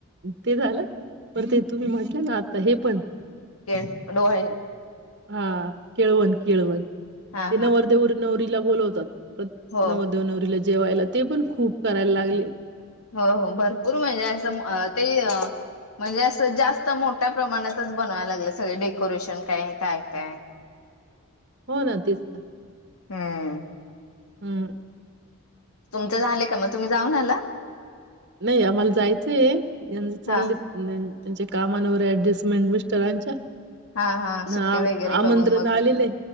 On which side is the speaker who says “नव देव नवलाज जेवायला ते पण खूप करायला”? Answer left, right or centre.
Right